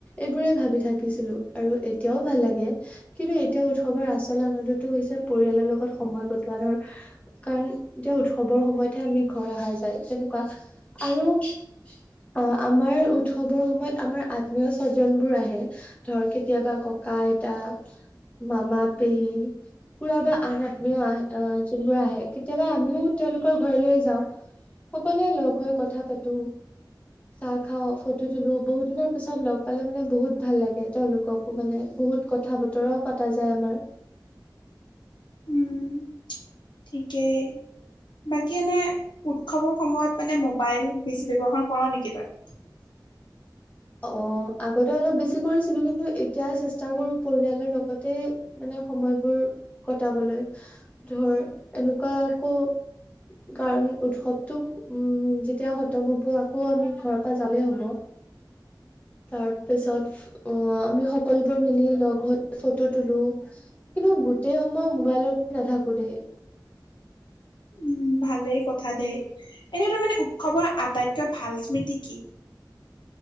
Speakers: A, on the left (about 20°); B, on the left (about 75°).
A: এইবোৰে ভাবি থাকিছিলো আৰু এতিয়াও ভাল লাগে কিন্তু এতিয়া উৎসৱৰ আচল আনন্দটো হৈছে পৰিয়ালৰ লগত সময় কটোৱা ধৰ কাৰণ এতিয়া উৎসৱৰ সময়তহে আমি ঘৰ অহা যায় তেনেকুৱা আৰু অ আমাৰ উৎসৱৰ সময়ত আমাৰ আত্মীয় স্বজনবোৰ আহে ধৰ কেতিয়াবা ককা আইতা মামা পেহী খুৰা বা আন আত্মীয় আহে আহ যোনবোৰ আহে কেতিয়াবা আমিও তেওঁলোকৰ ঘৰলৈ যাওঁ সকলোৱে লগ হৈ কথা পাতো চাহ খাও ফটো তুলো বহুত দিনৰ পিছত লগ পালে মানে বহুত ভাল লাগে তেওঁলোককো মানে বহুত কথা বতৰাও পতা যায় আমাৰ
B: উম ঠিকেই বাকী এনে উৎসৱৰ সময়ত মানে মোবাইল বেছি ব্যৱহাৰ কৰ নেকি তই? <inaudible>
A: অ, আগতে অলপ বেছি কৰিছিলো কিন্তু এতিয়া চেষ্টা কৰো পৰিয়ালৰ লগতে মানে সময়বোৰ কটাবলৈ ধৰ এনেকুৱা আকৌ কাৰণ উৎসৱটো উম, যেতিয়া খতম হ'ব আকৌ আমি ঘৰৰ পৰা জালেই হ'ব। তাৰ পিছত অ, আমি সকলোবোৰ মিলি লগৰ ফটো তুলো। কিন্তু গোটেই সময় মোবাইলতে নাথাকো দেই।
B: উম ভালেই কথা দেই এনে তাৰ মানে উৎসৱৰ আটাইতকৈ ভাল স্মৃতি কি?